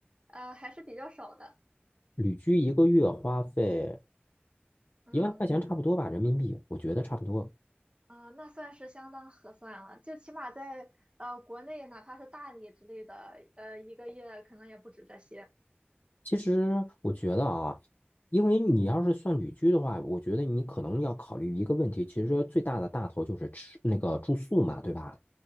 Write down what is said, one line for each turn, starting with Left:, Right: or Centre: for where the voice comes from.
Right: 呃，还是比较少的。
Left: 旅居一个月花费。
Right: 嗯，
Left: 一万块钱差不多吧，人民币，我觉得差不多。
Right: 啊，那算是相当合算了。就起码在呃国内，哪怕是大理之类的，呃，一个月可能也不止这些。
Left: 其实我觉得啊，因为你要是算旅居的话，我觉得你可能要考虑一个问题，其实最大的大头就是吃那个住宿嘛，对吧？